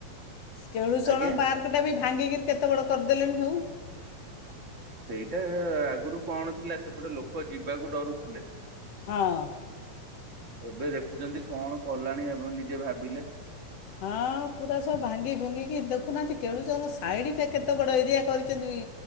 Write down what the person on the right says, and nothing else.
ଆଜ୍ଞା
ସେଇଟା ଆଗରୁ କଣ ଥିଲା ସେପଟେ ଲୋକ ଯିବାକୁ ଡରୁଥିଲେ।
ଏବେ ଦେଖୁଛନ୍ତି କଣ କଲାଣି ଆପଣ ନିଜେ ଭାବିଲେ?